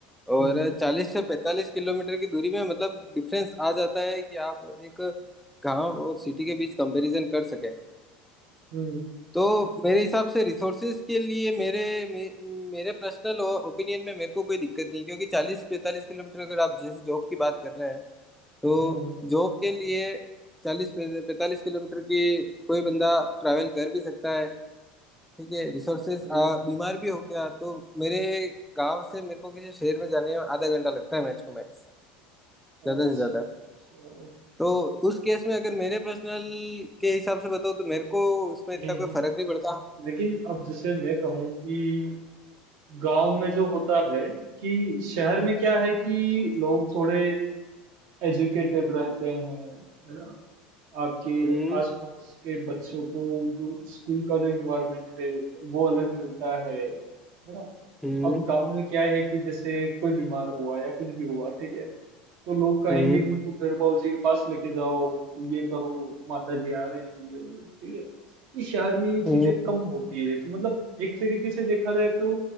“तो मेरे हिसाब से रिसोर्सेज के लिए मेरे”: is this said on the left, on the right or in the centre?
Centre